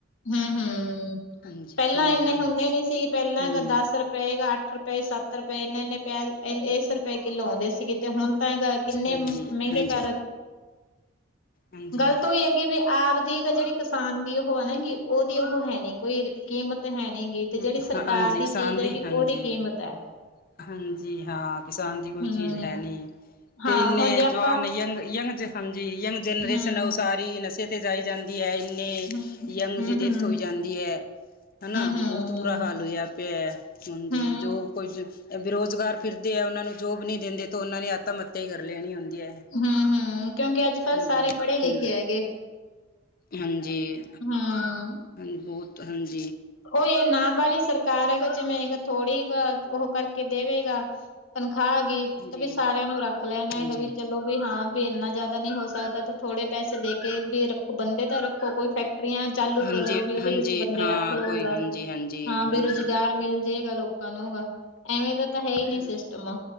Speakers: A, on the left (about 80°); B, on the left (about 50°).
A: ਹੂੰ- ਹੂੰ
B: ਹਾਂਜੀ
A: ਪਹਿਲਾਂ
B: ਹਾਂਜੀ
A: ਇੰਨੇ ਹੁੰਦੇ ਨੀ ਸੀ ਪਹਿਲਾਂ
B: ਹਮ
A: ਗ ਦਸ ਰੁਪਏ ਗ ਅੱਠ- ਅੱਠੁ ਰੁਪਏ, ਸੱਤ ਰੁਪਏ ਇਨੇ ਇਨੇ ਪਿਆਜ <unintelligible> ਰੁਪਏ ਕਿੱਲੋ ਆਉਂਦੇ ਸੀਗੇ, ਤੇ ਹੁਣ ਤਾਂ <unintelligible> ਕਿੰਨੇ
B: ਹਾਂਜੀ
A: ਮਹਿੰਗੇ
B: ਹਾਂਜੀ
A: ਕਰ-
B: ਹਾਂਜੀ
A: ਗੱਲ ਤਾਂ ਉਹੀ ਹੈਗੀ ਵੀ ਆਪ ਦੀ ਤੇ ਜਿਹੜੀ ਕਿਸਾਨ ਦੀ ਉਹ ਕੀ, ਉਹਦੀ ਉਹ ਹੈ ਨੀ ਕੋਈ ਕੀਮਤ। ਹੈ ਨੀ ਗੀ ਤੇ
B: ਹੂੰ
A: ਜਿਹੜੀ ਸਰਕਾਰ
B: ਹਾਂਜੀ ਕਿਸਾਨ
A: ਚੀਜ਼
B: ਦੀ
A: ਹੈਗੀ
B: ਹਾਂਜੀ-
A: ਉਹਦੀ ਕੀਮਤ ਹੈ
B: ਹਾਂਜੀ, ਹਾਂ ਕਿਸਾਨ ਦੀ ਕੋਈ
A: ਹੂੰ
B: ਚੀਜ਼ ਹੈ ਨਹੀਂ।
A: ਹਾਂ
B: ਤੇ ਇੰਨੇ
A: ਹੁਣ ਜੇ ਆਪਾਂ
B: ਜਵਾਨ ਯੰਗ ਯੰਗ ਜ ਹੰ- ਜੀ ਯੰਗ ਜਨਰੇਸ਼ਨ
A: ਹੂੰ,
B: ਔ ਸਾਰੀ ਨਸ਼ੇ। ਤੇ ਜਾਈ ਜਾਂਦੀ। ਯਾ ਇੰਨੇ
A: ਹੂੰ, ਹੂੰ,
B: ਯੰਗ
A: ਹੂੰ,
B: ਦੀ
A: ਹੂੰ,
B: ਡੈਥ ਹੋਈ ਜਾਂਦੀ ਹੈ ਹਨਾ,
A: ਹੂੰ।
B: ਬਹੁਤ। ਤ ਬੁਰਾ ਹਾਲ ਹੋਇਆ ਪਿਆ ਹੇ, ਹਾਂਜੀ
A: ਹੂੰ,
B: ਜੋ ਕੁਛ ਬੇਰੋਜ਼- ਗਾਰ ਫਿਰਦੇ ਆ ਉਹਨਾਂ ਨੂੰ ਜੋਬ ਨੀ ਦਿੰਦੇ ਤੇ ਉਹਨਾਂ ਨੇ ਆਤਮ ਹੱਤਿਆ ਹੀ ਕਰ ਲੈਣੀ ਹੁੰਦੀ । ਜੇ ਹੈ।
A: ਹੂੰ, ਹੂੰ ਕਿਉਂਕਿ ਅੱਜ ਕੱਲ
B: ਹਾਂਜੀ
A: ਸਾਰੇ ਪੜੇ ਲਿਖੇ
B: ਹਾਂਜੀ
A: ਹੈਗੇ,
B: ਹਾਂਜੀ
A: ਹੂੰ।
B: ਹਾਂਜੀ ਬਹੁਤ ਹਾਂਜੀ।
A: ਉਹੀਓ ਨਾ ਵਾਲੀ ਸਰ ਕਾਰ ਹੈਗਾ ਜਿਵੇਂਗਾ ਥੋੜੀ ਕ ਉਹ ਕਰਕੇ ਦੇਵੇਗਾ। <unintelligible> ਖਾ ਗਈ ਤੇ
B: ਜੀ
A: ਵੀ ਸਾਰਿਆਂ ਨੂੰ ਰੱਖ ਲੈਣਾ ਹੈਗਾ
B: ਹਾਂਜੀ
A: ਵੀ ਚਲੋ ਵੀ ਹਾਂ ਵੀ ਇੰਨਾ ਜ਼ਿਆਦਾ ਨਹੀ ਹੋ ਸਕਦਾ ਤਾਂ ਥੋੜੇ ਪੈਸੇ ਦੇ ਕੇ ਵੀ ਰੱਖੋ ਬੰਦੇ ਤਾਂ ਰੱਖੋ ਕੋਈ ਫੈਕ- ਟਰੀਆਂ ਚਾਲੂ
B: ਹਾਂਜੀ
A: ਕਰੋ, ਵੀ ਉਹਦੇ
B: ਹਾਂਜੀ
A: ਵਿੱਚ ਬੰਦੇ
B: ਹਾਂ
A: ਰੱਖ- <unintelligible>
B: ਕੋਈ ਹਾਂਜੀ ਹਾਂਜੀ
A: ਹਾਂ,
B: ਹਾਂਜੀ
A: ਬੇਰੁਜ਼ਗਾਰ ਮਿਲ ਜਏਗਾ ਲੋਕੋ ਲੋਕਾਂ ਨੂੰਗਾ ਐਵੇਂ ਤਾਂ ਤਾਂ ਹੈਈ ਨੀਂ
B: ਹਾਂਜੀ
A: ਸਿਸਟਮ